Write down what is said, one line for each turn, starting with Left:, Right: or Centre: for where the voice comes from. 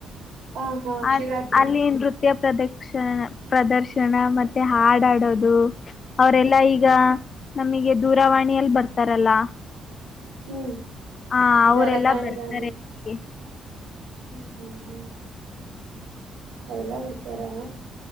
Right: ಹ ಹಾ
Left: ಆ
Right: ಶಿವರಾತ್ರಿ
Left: ಅಲ್ಲಿ ಏನ್ರು ನೃತ್ಯ ಪ್ರದರ್ಶ ಪ್ರದರ್ಶನ ಮತ್ತೆ ಹಾಡಾಡೋದು ಅವರೆಲ್ಲಾ
Right: ಹ್ಮ್
Left: ಈಗ ನಮಗೆ ದೂರವಾಣಿಯಲ್ಲಿ ಬರ್ತಾರಲ್ಲ
Right: ಹ್ಮ್
Left: ಹ ಅವರೆಲ್ಲಾ
Right: ಜಾಲ ತಾಣದ
Left: ಬರ್ತಾರೆ
Right: ಅ
Left: ಅಲ್ಲಿಗೆ
Right: ಹ್ಮ್ ಹ್ಮ್ ಹ್ಮ್ ಅವರೆಲ್ಲ ಬರ್ತಾರಾ